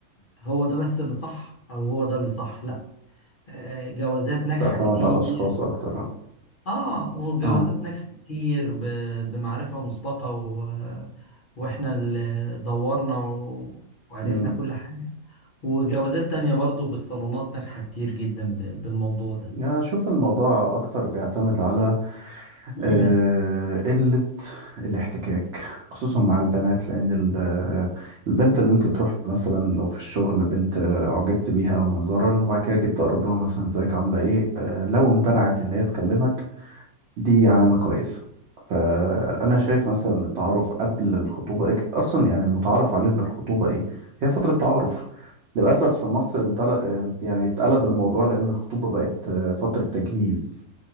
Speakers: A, on the left; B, on the right.
A: هو ده بس اللي صح او هو ده اللي صح لا آه، جوازات ناجحة
B: تعتمد
A: كتير
B: على الأشخاص أكتر اه
A: اه وجوازات
B: آه.
A: ناجحة كتير ب... بمعرفة مسبقة و... واحنا اللي دورنا و... وعرفنا
B: أمم.
A: كل حاجة وجوازات تانية برضو بالصالونات ناجحة كتير جدا ب... بالموضوع ده
B: يعني أشوف الموضوع أكتر بيعتمد على
A: <clears throat>
B: آه، قلة الاحتكاك خصوصا مع البنات لأن ال- آه، البنت اللي أنت تروح مثلا لو في الشغل بنت آه، أعجبت بيها منظرا وبعد كده جيت تقرب لها مثلا إزيك عاملة إيه آه، لو امتنعت إن هي تكلمك دي علامة كويسة فأنا شايف مثلا إن التعارف قبل الخطوبة أج- أصلا يعني المتعارف عليه إن الخطوبة إيه؟ هي فترة تعارف للأسف في مصر انطلق يعني اتقلب الموضوع لأن الخطوبة بقت آه، فترة تجهيز